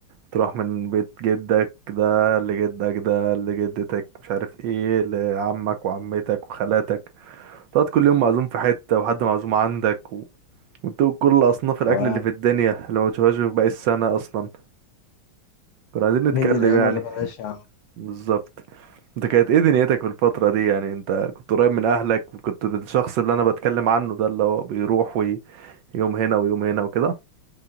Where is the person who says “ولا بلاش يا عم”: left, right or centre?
Left